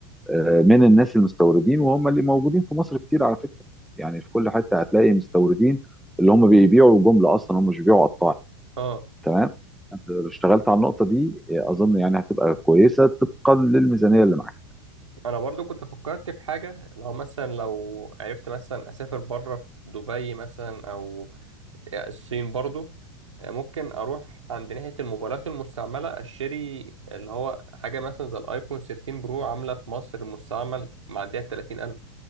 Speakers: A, in the centre; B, on the right.
A: آه، من الناس المستوردين وهم اللي موجودين في مصر كتير على فكره يعني في كل حته هتلاقي مستوردين اللي هم بيبيعوا جمله اصلا هم مش بيبيعوا قطاعي
B: اه
A: تمام انت لو اشتغلت على النقطه دي آه، اظن يعني هتبقى كويسه طبقا للميزانيه اللي معاك
B: انا برضو كنت فكرت في حاجه لو مثلا لو عرفت مثلا اسافر بره في دبي مثلا او الصين برضو ممكن اروح عند ناحيه الموبايلات المستعمله اشتري اللي هو حاجه مثلا زي الايفون 13 برو عامله في مصر مستعمل معديه 30000